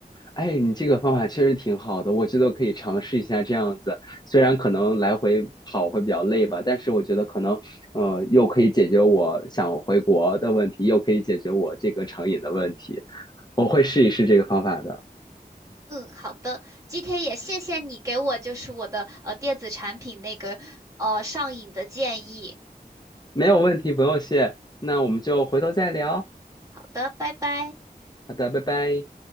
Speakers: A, on the left; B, on the right.
A: 哎，你这个方法确实挺好的，我觉得我可以尝试一下这样子。虽然可能来回跑会比较累吧，但是我觉得可能，呃，又可以解决我想回国的问题，又可以解决我这个成瘾的问题。我会试一试这个方法的，
B: 嗯，好的，今天也谢谢你给我就是我的呃电子产品那个呃上瘾的建议。
A: 没有问题，不用谢。那我们就回头再聊。
B: 好的，拜拜。
A: 好的，拜拜。